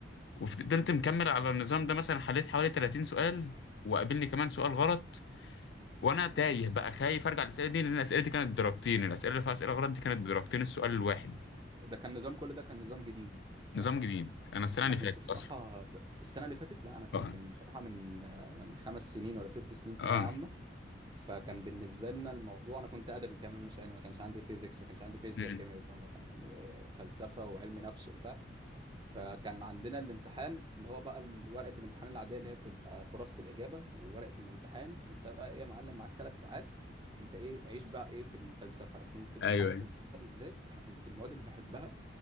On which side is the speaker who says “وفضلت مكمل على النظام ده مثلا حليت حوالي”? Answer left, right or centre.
Left